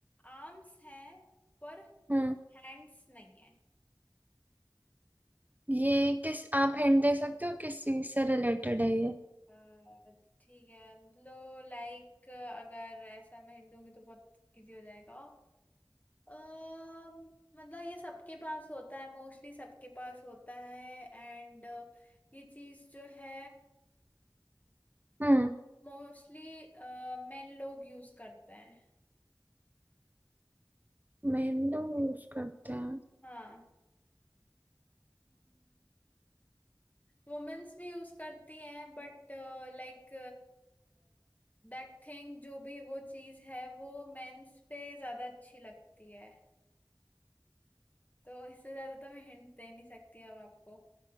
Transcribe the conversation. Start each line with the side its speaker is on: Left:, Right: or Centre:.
Left: आर्म्स हैं पर
Right: हम्म
Left: हैंड्स नहीं है
Right: ये किस आप हिंट दे सकते हो किस चीज से रिलेटेड है ये
Left: अ, ठीक है लो लाइक अगर ऐसा मैं हिंट दूंगी तो बहुत इजी हो जाएगा अम, मतलब ये सबके पास होता है मोस्टली सबके पास होता है एंड ये चीज जो है
Right: हम्म
Left: मोस्टली मेन लोग यूज करते हैं
Right: मेहंदी यूज करते हैं
Left: हाँ वुमेन्स भी यूज करती हैं बट लाइक दैट थिंग जो भी वो चीज है वो मेंस पे ज्यादा अच्छी लगती है तो इससे ज्यादा तो मैं हिंट दे नहीं सकती अब आपको